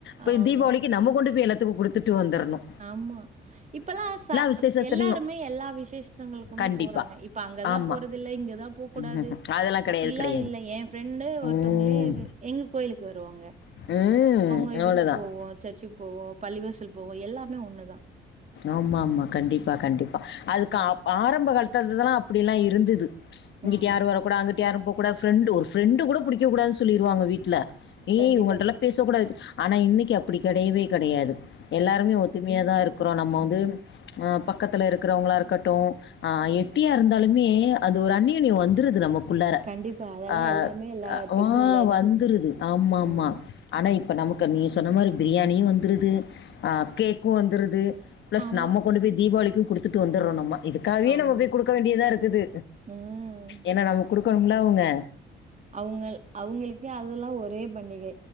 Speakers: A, on the left (about 65°); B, on the right (about 35°).
A: போய்
B: ஆமா
A: தீபாவளிக்கு நம்ம கொண்டு போய் எல்லாத்துக்கு குடுத்துட்டு வந்தர்னு
B: ஆமா இப்பல்லா ச
A: விசேஷத்துலயும்
B: ஸ் எல்லாருமே எல்லா விசேஷத்தங்களுக்குமே
A: கண்டிப்பா.
B: போறாங்க இப் ப அங்கதா
A: ஆமா.
B: போறது இல்ல இங்கதா போக் கூடாது
A: ம்ஹ்ஹ்ம். அதெல்லாம் கெடையாது,
B: அப்பிடிலா
A: கெடையாது.
B: இல்ல ஏ ஃப்ரெண்டு ஒருத்தொங்களே
A: ம்.
B: எங்க கோயிலுக்கு வருவாங்க
A: ம்
B: உங்க இதுக்கு
A: அவ்ளதான்.
B: போவோ சர்ச்சுக்கு போவோ பள்ளிவாசல் போவோ எல்லாமே ஒண்ணுதா
A: ஆமாமா கண்டிப்பா கண்டிப்பா அதுக்கு
B: ம்.
A: அப்ப ஆரம்ப காலத் துதலா அப்டியில்லா இருந்துது இங்கிட்டு
B: ஆமா.
A: யாரு வர கூடா அங்கிட்டு இங்க யாரு போ கூடாது ஃப்ரெண்டு ஒரு கூட ஃப்ரெரண்டு கூட புடிக்க கூடாது சொல்லிருவாங்க வீட்ல ஏய்
B: கண்டிப்பா.
A: இவுங்கள்டல்லா பேசக்கூடாது ஆனா இன்னக்கி அப்புடி கெடையவே கெடையாது எல்லாருமே ஒத்துமையாத்தா இருக்கிறோ நம்ம வந்து அ பக்கத்துல இருக்குறவுங்களா இருக்கட்டு ஆ எப்டியா இருந்தாலுமே அது ஒரு அன்யுனியோ வந்துருது நமக்குள்ளார
B: கண்டிப்பா. அதெல்லாம்
A: அ
B: எல்லாமே எல்லாத்துக்கும்
A: ஓவ்
B: உள்ளதுதான்.
A: வந்துருது ஆமா ஆமா
B: ம்.
A: ஆனா இப்ப நமக்கு நீ சொன்ன மாரி பிரியாணியு வந்துருது ஆ கேக்கு வந்துருது பிளஸ்
B: ஆமா,
A: நம்ம கொண்டுப்போய் தீபாவளிக்கு குடுத்துட்டு வந்துறோ நம்ம இதுக்காவே
B: ஆமாம்.
A: நம்ம போய் குடுக்க வேண்டியதா இருக்குது
B: ம்.
A: ஏன்னா நம்ம குடுக்கணுமில்ல அவுங்க
B: அவுங்கள் அவுங்களுக்கே அதெல்லா ஒரே பண்டிகை